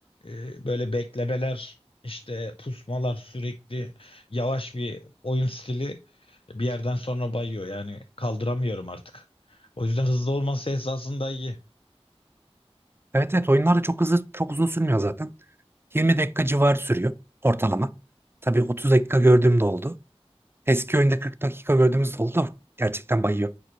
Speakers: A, on the left; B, on the right.
A: Ee, böyle beklemeler, işte pusmalar sürekli yavaş bir oyun stili bir yerden sonra bayıyor. Yani kaldıramıyorum artık. O yüzden hızlı olması esasında iyi.
B: Evet evet oyunlar da çok hızlı, çok uzun sürmüyor zaten. 20 dakika civarı sürüyor ortalama. Tabii 30 dakika gördüğüm de oldu. Eski oyunda 40 dakika gördüğümüz de oldu da gerçekten bayıyor.